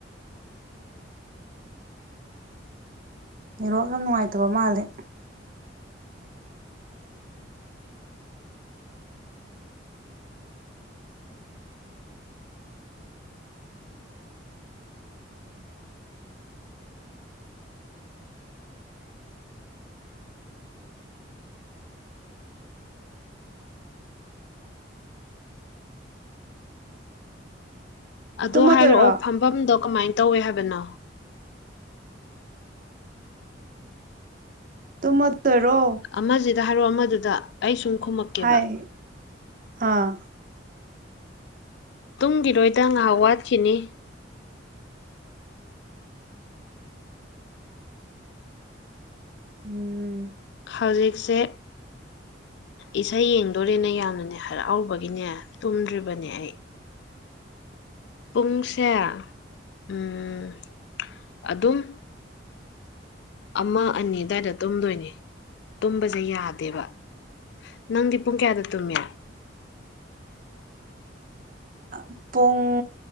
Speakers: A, on the right; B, on the left.
A: ꯅꯦꯠꯋꯥꯔꯛ ꯌꯥꯝ ꯅꯨꯡꯉꯥꯏꯇꯕ ꯃꯥꯜꯂꯦ
B: ꯑꯗꯣ
A: ꯇꯨꯝꯃꯗꯣꯏꯔꯣ
B: ꯍꯥꯏꯔꯛꯑꯣ ꯐꯝꯕꯝꯗꯣ ꯀꯃꯥꯏꯟ ꯇꯧꯋꯦ ꯍꯥꯏꯕꯅꯣ
A: ꯇꯨꯝꯃꯗꯣꯏꯔꯣ
B: ꯑꯃꯖꯤꯗꯥ ꯍꯥꯏꯔꯣ ꯑꯃꯗꯨꯗ ꯑꯩ ꯁꯨꯝ ꯈꯨꯝꯃꯛꯀꯦꯕ
A: ꯍꯥꯏ ꯑꯥ
B: ꯇꯨꯝꯒꯤꯔꯣꯏꯗ ꯉꯥꯏꯍꯥꯛ ꯋꯥꯠꯈꯤꯅꯤ
A: ꯎꯝ
B: ꯍꯧꯖꯤꯛꯁꯦ ꯏꯁꯩ ꯌꯦꯡꯗꯣꯔꯦꯅ ꯌꯥꯝꯅꯅꯦ ꯍꯔꯥꯎꯕꯒꯤꯅꯦ ꯇꯨꯝꯗ꯭ꯔꯤꯕꯅꯦ ꯑꯩ
A: <inaudible>
B: ꯄꯨꯡꯁꯦ ꯎꯝ ꯑꯗꯨꯝ ꯑꯃ ꯑꯅꯤ ꯑꯗꯥꯏꯗ ꯇꯨꯝꯗꯣꯏꯅꯦ ꯇꯨꯝꯕꯖꯦ ꯌꯥꯗꯦꯕ ꯅꯪꯗꯤ ꯄꯨꯡ ꯀꯌꯥꯗ ꯇꯨꯝꯃꯤ
A: ꯑꯥ ꯄꯨꯡ